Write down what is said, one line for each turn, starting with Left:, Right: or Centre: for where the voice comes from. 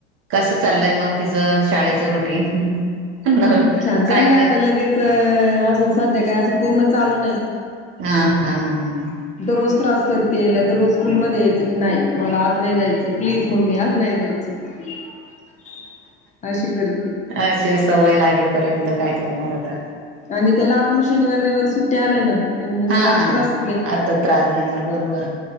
Right: कसं चाललय मग तिच शाळेच रुटीन? काय
Left: छान चालय
Right: काय
Left: आता लगेच अजून सध्या काय असं पूर्ण चालू नाही.
Right: हा हा हा हा
Left: दररोज त्रास करते ये दररोज स्कूल मध्ये यायचं की नाही मला आज नाही जायचं प्लीज मम्मी आज नाही जायच. <inaudible> अशी कर्
Right: अशी सवय लागेपर्यंत काय करणार आता
Left: आणि त्या लाग श शनिवार सुट्ट्या आल्या ना त्यामुळे
Right: हा
Left: मग आ
Right: हा
Left: त्रास
Right: आता त्रास देणार बरोबर